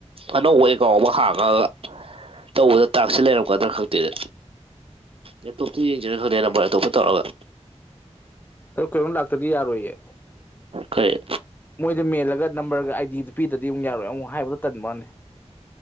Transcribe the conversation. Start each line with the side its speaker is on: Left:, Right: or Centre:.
Right: ꯑꯅꯧꯕ ꯑꯦꯀꯥꯎ ꯑꯃ ꯍꯥꯡꯉꯒ ꯇꯧꯕꯗ ꯇꯥꯛꯁꯦ ꯂꯩꯔꯝꯒꯗ꯭ꯔꯥ ꯈꯪꯇꯦꯅꯦ ꯂꯦꯞꯇꯣꯞꯇ ꯌꯦꯡꯖꯤꯔ ꯈꯪꯗꯦꯅꯦ ꯅꯝꯕꯔ ꯑꯇꯣꯞꯄ ꯇꯧꯔꯒ
Left: ꯑꯗꯣ ꯀꯩꯅꯣꯝ ꯂꯥꯛꯇ꯭ꯔꯗꯤ ꯌꯥꯔꯣꯏꯌꯦ
Right: ꯀꯩ
Left: ꯃꯣꯏꯗ ꯃꯦꯜꯂꯒ ꯅꯝꯕꯔꯒ ꯑꯥꯏꯗꯤꯗꯨ ꯄꯤꯗꯔꯗꯤ ꯑꯃꯨꯛ ꯌꯥꯔꯣꯏ ꯑꯃꯨꯛ ꯍꯥꯏꯕꯗꯣ ꯇꯟꯕ ꯋꯥꯅꯤ